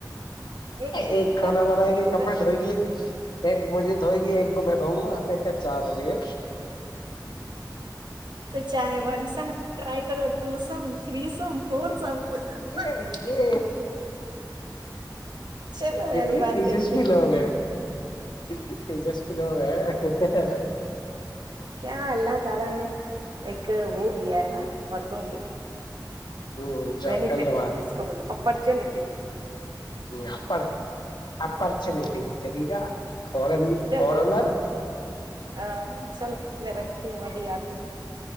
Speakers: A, on the right (about 70°); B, on the left (about 75°).
A: شفٹ
B: ایک
A: ادھر
B: کھانا بنائے
A: شفٹ
B: گی
A: ادھر
B: کپڑے دھوئی ہے ایک مجھے دھوئے گی ایک کو میں دؤوں گا چار ہو گئی ہے
A: پھر چائے ون سم ٹرائی کرو اور two sum three sum four sum کیا
B: یہ یہ
A: چلو میں
B: کتنے
A: ابھی بات
B: تیجسوی
A: کرتی ہوں
B: لوگ ہیں کتنے تیجسوی لوگ ہیں
A: کیا اللہ تعالی نے ایک وہ دیا ہے نا مردوں کو
B: ہ جاؤ
A: بینفٹ
B: کر لو
A: جس کو بول اپورچونیٹی
B: ہممم اپ اپورچنیٹی چلی جا فورا
A: چلو
B: فورنر
A: آ، چلو میرا رکھتی ہوں ابھی آتی ہوں